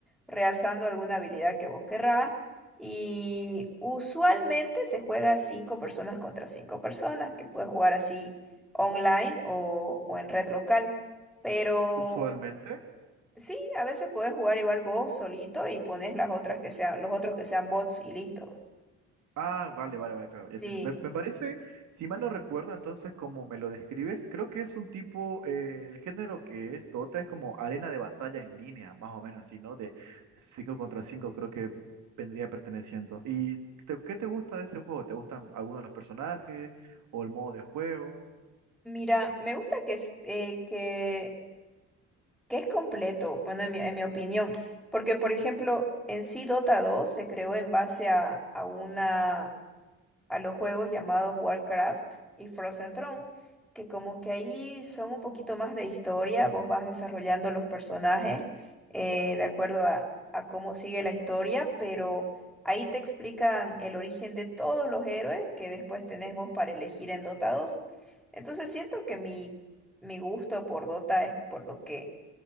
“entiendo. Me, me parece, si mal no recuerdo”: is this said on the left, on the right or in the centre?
Right